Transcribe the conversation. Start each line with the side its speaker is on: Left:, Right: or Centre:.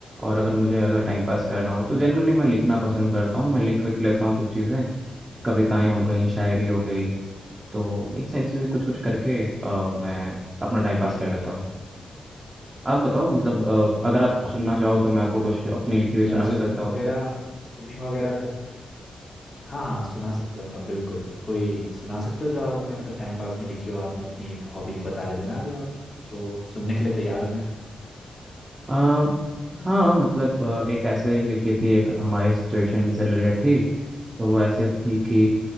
Right: और अगर मुझे अगर टाइम पास करना हो तो जनरली मैं लिखना पसंद करता हूँ मैं लिख लिख लेता हूँ कुछ चीज़ें कविताएं हो गई शायरी हो गई तो एक सारी चीज़ें कुछ कुछ करके अ, मैं अपना टाइम
Left: बढ़िया
Right: पास कर
Left: भाई
Right: लेता हूँ आप बताओ मतलब अ, अगर आप सुनना चाहो तो मैं आपको कुछ अपनी लिखी हुई सुना
Left: यहाँ स्विमिंग
Right: भी सकता हूँ।
Left: वगैरह स्विमिंग वगैरह तो हाँ हाँ सुना सकते हो आप बिल्कुल कोई सुना सकते हो जो आप अपने मतलब टाइम पास में लिखी हो आपने अपनी एक हॉबी की बता रहे थे ना अभी आप तो सुनने के लिए तैयार हूँ मैं
Right: अ, हाँ मतलब अ, एक ऐसे ही लिखी थी एक हमारी सिचुएशन से रिलेटेड थी तो वो ऐसे थी कि